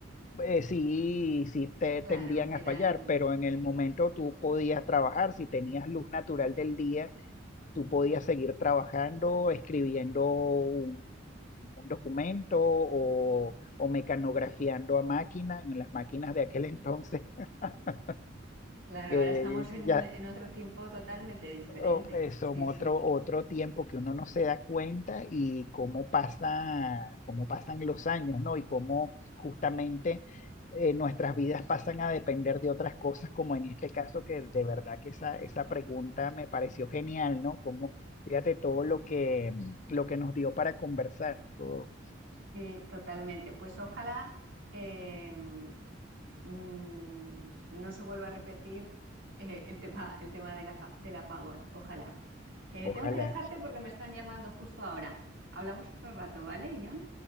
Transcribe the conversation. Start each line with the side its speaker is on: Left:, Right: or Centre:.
Left: eh, sí, sí te
Right: claro,
Left: tendían
Right: eran,
Left: a fallar, pero en el momento tú podías trabajar, si tenías luz natural del día, tú podías seguir trabajando, escribiendo un, un documento o, o mecanografiando a máquina, en las máquinas de aquel entonces, <laughs>
Right: claro,
Left: que
Right: ahora estamos en,
Left: ya
Right: en otro tiempo totalmente diferente.
Left: o- eh, son
Right: Sí,
Left: otro,
Right: sí,
Left: otro tiempo que uno no se da cuenta y cómo pasa, cómo pasan los años, ¿no? Y cómo justamente eh, nuestras vidas pasan a depender de otras cosas, como en este caso, que de verdad que esa, esa pregunta me pareció genial, ¿no? Como, fíjate todo lo que, lo que nos dio para conversar. O-
Right: sí, totalmente. Pues ojalá. em, mm, no se vuelva a repetir eh, el tema, el tema del aca- del apagón. Ojalá. Eh,
Left: ojalá.
Right: tengo que dejarte porque me están llamando justo ahora. Hablamos otro rato, ¿vale, John?